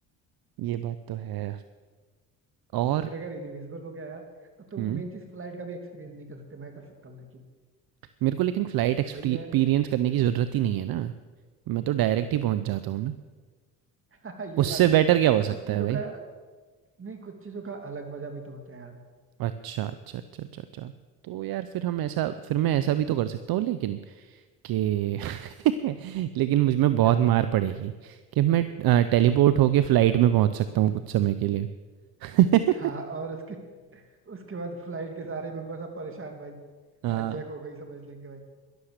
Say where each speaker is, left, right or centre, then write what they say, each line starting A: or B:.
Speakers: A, on the right; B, on the right.
A: ये बात तो है और
B: लेकिन अगर इनविजिबल हो गया यार तो तुम
A: हम्म
B: मेन चीज फ्लाइट का भी एक्सपीरियंस नहीं कर सकते मैं कर सकता हूँ लेकिन
A: मेरे को लेकिन फ्लाइट एक्सपीरियंस
B: वही है
A: करने की जरूरत ही नहीं है ना मैं तो डायरेक्ट ही पहुंच जाता हूँ
B: <laughs> ये
A: उससे
B: बात भी
A: बेटर
B: है
A: क्या
B: बट
A: हो सकता
B: कुछ चीजों
A: है भाई
B: का यार नहीं कुछ चीजों का अलग मजा भी तो होता है यार
A: अच्छा अच्छा अच्छा अच्छा अच्छा तो यार फिर हम ऐसा फिर मैं ऐसा भी तो कर सकता हूँ लेकिन कि <laughs> लेकिन मुझ में बहुत
B: क्या
A: मार पड़ेगी कि मैं टेलीपोर्ट होके फ्लाइट में पहुंच सकता हूँ कुछ समय के लिए <laughs>
B: हाँ और उसके उसके बाद फ्लाइट के सारे मेंबर सब परेशान भाई
A: हाँ
B: हाईजैक हो गई समझ लेंगे भाई